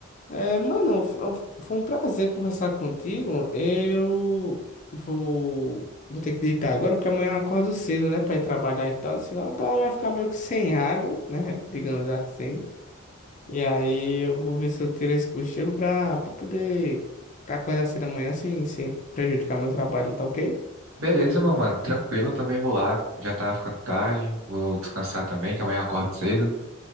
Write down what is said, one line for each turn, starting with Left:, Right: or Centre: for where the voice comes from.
Left: É, mano, f- é um, foi um prazer conversar contigo. Eu vou, vou ter que deitar agora, porque amanhã eu acordo cedo, né, pra ir trabalhar e tal, senão a galera vai ficar meio que sem água, né, <laughs> digamos assim. E aí eu vou ver se eu tiro esse cochilo pra, pra poder acordar cedo amanhã sem, sem prejudicar meu trabalho, tá ok?
Right: Beleza, meu mano, tranquilo, eu também vou lá. Já tá ficando tarde, vou descansar também, que amanhã eu acordo cedo.